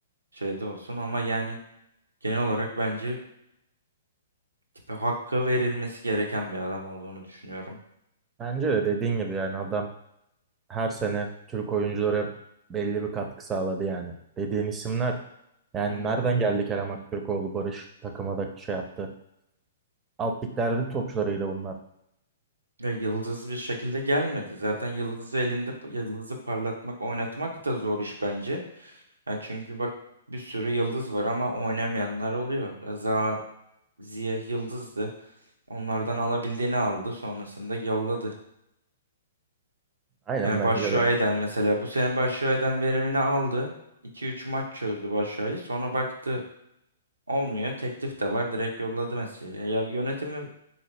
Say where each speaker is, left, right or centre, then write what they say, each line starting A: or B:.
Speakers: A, on the right; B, on the right.
A: şeyde olsun ama yani genel olarak bence tipi hakkı verilmesi gereken bir adam olduğunu düşünüyorum.
B: Bence de dediğin gibi yani adam her sene Türk oyunculara belli bir katkı sağladı yani. Dediğin isimler yani
A: Hı hı.
B: nereden geldi Kerem Aktürkoğlu, Barış takıma da şey yaptı. Alt liglerde de topçularıydı bunlar.
A: Ya yıldız bir şekilde gelmedi. Zaten yıldızı elinde yıldızı parlatmak, oynatmak da zor iş bence. Ya çünkü bak bir sürü yıldız var ama oynamayanlar oluyor. Ya Za Ziya yıldızdı. Onlardan alabildiğini aldı, sonrasında yolladı.
B: Aynen
A: Yani
B: bence
A: Başşuay'dan
B: de.
A: mesela bu sene Başşuay'dan verimini aldı. 2 üç maç çözdü Başşuay'ı. Sonra baktı olmuyor. Teklif de var. Direkt yolladı mesela. Ya yönetimi